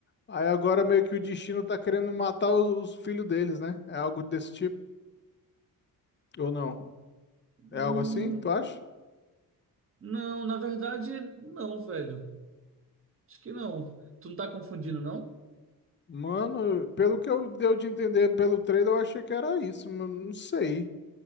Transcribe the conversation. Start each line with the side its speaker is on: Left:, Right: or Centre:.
Left: aí agora meio que o destino tá querendo matar os, os filhos deles, né? É algo desse tipo, ou não? É
Right: Hum,
Left: algo assim, tu acha?
Right: não, na verdade, não, velho. Acho que não. Tu não tá confundindo, não?
Left: Mano, pelo que eu deu de entender pelo trailer, eu achei que era isso, mas não sei.